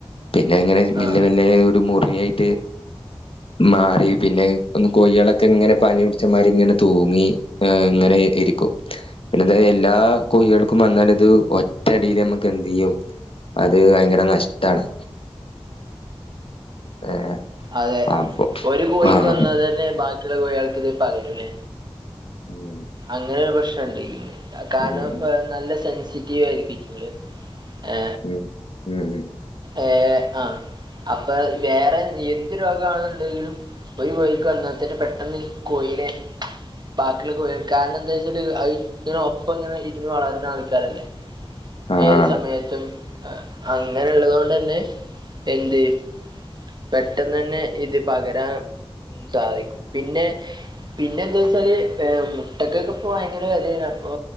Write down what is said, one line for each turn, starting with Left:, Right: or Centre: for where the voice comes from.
Left: പിന്നെങ്ങനെ മെല്ലെ
Right: ആ ആ
Left: മെല്ല ഒരു മുറിയായിട്ട്. മാറി പിന്നെ ഒന്ന് കോയിയാളൊക്കെ ഇങ്ങനെ പനി പിടിച്ചമാരിങ്ങനെ തൂങ്ങി. ഏഹ് ങ്ങനെ ഇരി ഇരിക്കും. പിന്നെത് എല്ലാ കൊയിയാൾക്കും വന്നാല്ത് ഒറ്റടില് നമ്മക്ക് എന്തെയ്യും. അത് വയ്ങ്കര നഷ്ട്ടാണ്. ഏഹ്.
Right: അതെ
Left: അപ്പൊ
Right: ഒരു കോയിക്ക്
Left: ആഹ്
Right: വന്നാതന്നെ ബാക്കിള്ള കോയാൾക്ക് ഇത് പകരു ലെ.
Left: ഉം
Right: അങ്ങനെ ഒര് പ്രശ്നംണ്ട് കാരണം
Left: ഉം
Right: ഹ് നല്ല സെൻസിറ്റീവായിരിക്കും ഇറ്റിങ്ങള്. ഏ
Left: ഉം ഉം
Right: ഏഹ് ആഹ്. അപ്പൊ വേറെ എന്ത് രോഗാണ്ന്ന്ണ്ടെങ്കിലും. ഒരു കോയിക്ക് വന്നാ തന്നെ പെട്ടെന്ന് കോയിനെ ബാക്കിള്ള കോയാ കാരണം എന്താച്ചാല് അഹ് ഇങ്ങനെ ഒപ്പം ഇങ്ങനെ ഇര്ന്ന് വളര്നെ ആൾക്കാരല്ലേ.
Left: ആഹ്
Right: ഏത് സമയത്തും ഹ് അങ്ങനെള്ളത് കൊണ്ടന്നെ എന്ത്. പെട്ടെന്നന്നെ ഇത് പകരാൻ സാധിക്കും പിന്നെ. പിന്നെ എന്താച്ചാല് ഏഹ് മുട്ടക്കൊക്കെ ഇപ്പ ബൈങ്കര വെലേണ് അപ്പൊ.